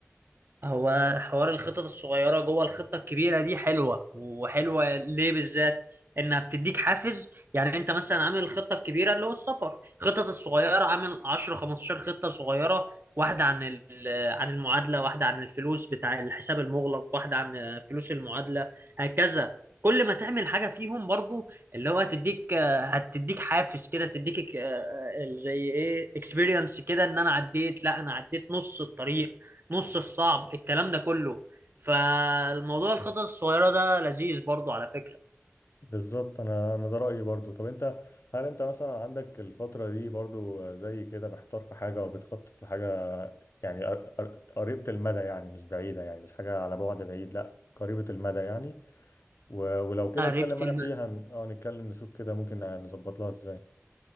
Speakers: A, on the right (about 50°); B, on the left (about 60°).
A: هو حوار الخطط الصغيرة جوه الخطة الكبيرة دي حلوة وحلوة ليه بالذات انها بتديك حافز يعني انت مثلا عامل الخطة الكبيرة اللي هو السفر خطط الصغيرة عامل 10 15 خطة صغيرة واحدة عن ال- آه، عن المعادلة واحدة عن الفلوس بتاع الحساب المغلق واحدة عن فلوس المعادلة هكذا كل ما تعمل حاجة فيهم برضو اللي هو هتديك آه، هتديك حافز كده تديك آه، آه، زي ايه اكسبيرينس كده ان انا عديت لا انا عديت نص الطريق نص الصعب الكلام ده كله فالموضوع الخطط الصغيرة ده لذيذ برضو على فكرة
B: بالظبط انا انا ده رايي برضو طب انت هل انت مثلا عندك الفتره دي برضو زي كده محتار في حاجه او بتخطط لحاجه يعني قر- قر- قريبه المدى يعني مش بعيده يعني مش حاجه على بعد بعيد لا قريبه المدى يعني و- ولو كده
A: قربت
B: اتكلم معايا
A: الم...
B: فيها ن- اه نتكلم نشوف كده ممكن نظبط لها ازاي